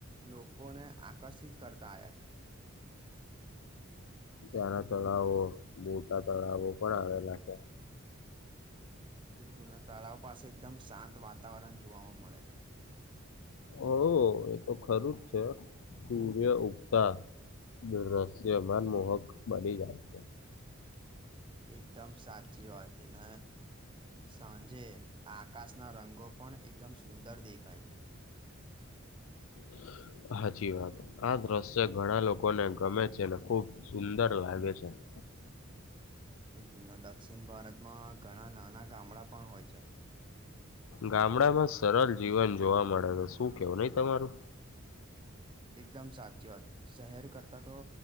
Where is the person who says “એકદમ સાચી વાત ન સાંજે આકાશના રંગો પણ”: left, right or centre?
Right